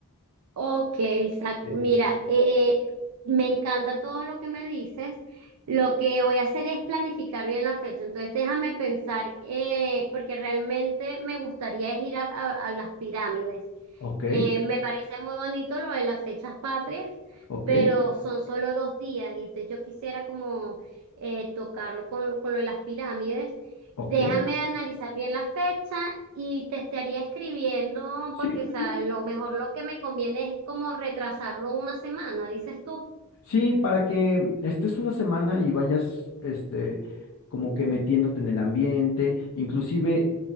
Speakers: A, on the right; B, on the left.
A: Ok, Isaac,
B: Tienes.
A: mira, eh, me encanta todo lo que me dices. Lo que voy a hacer es planificar bien la fecha. Entonces, déjame pensar, eh, porque realmente me gustaría es ir a, a- a las pirámides.
B: Ok,
A: Eh, me parece muy bonito lo de las fechas patrias,
B: ok,
A: pero son solo dos días. Y entonces yo quisiera como eh, tocarlo con, con lo de las pirámides.
B: ok.
A: Déjame analizar bien la fecha y te estaría escribiendo
B: Sí,
A: porque
B: muy
A: o sea,
B: bien.
A: lo mejor lo que me conviene es como retrasarlo una semana, dices tú.
B: Sí, para que estés una semana y vayas, este, como que metiéndote en el ambiente, inclusive